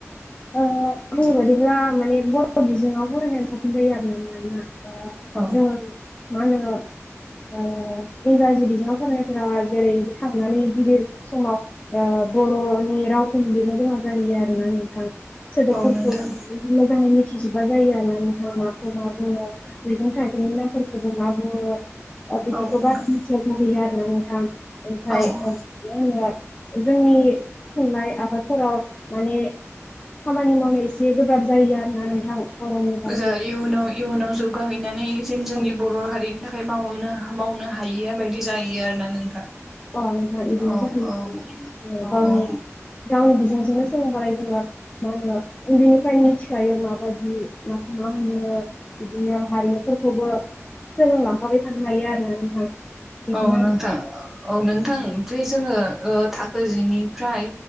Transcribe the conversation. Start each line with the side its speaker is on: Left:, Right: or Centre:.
Left: ओ बुंनाय बाददिब्ला माने बर' बिजोङाव फरायनाया साबसिन जायो आरो ना ओ
Centre: औ
Left: जोंङो मा होनो ओ इंराजि बिजोङाव फरायनायफोरा जेरै थांनानै गिदिर समाव ओ बर'नि राव लिरनो रोङा जाहैयो आरो ना नोंथां सोदोबफोरखौ
Centre: औ नोंथां
Left: मोजाङै मिथि मिथिजोबा जायो आरोना नोंथां माखौ मा बुङो मैगं थाइगंनि नामफोरखौबो मा बुङो ओ बिदिखौ
Centre: औ नोंथां
Left: बारा <unintelligible> आरोना नोंथां ओमफ्राय
Centre: औ
Left: <unintelligible> जोंनि थुनलाइ आ फादफोराव माने खामानि मावनो एसे गोब्राब जायो आरो ना नोंथां बर'नि बागै
Centre: जा इयुनाव इयुनाव जौगाहैनानै जेन जोंनि
Left: औ
Centre: बर' हारिनि थाखाय मावनो मावनो हायैया बायदि जाहैयो आरोना नोंथां
Left: अ नोंथां बिदिनो
Centre: औ
Left: जाहैयो
Centre: औ औ
Left: गावनि
Centre: औ
Left: गावनि बिजोंजोंनो सोलोंबालाय जोङो मा होनो उन्दैनिफ्रायनो मिथिखायो माबायदि माखौ मा होनो बिदिनो हारिमुफोरखौबो सोलोंलांफाबाय थानो हायो आरो ना नोंथां बिदिनो
Centre: औ
Left: आरो
Centre: नोंथां औ नोंथां बे जोङो ओ थाखो जिनि फ्राय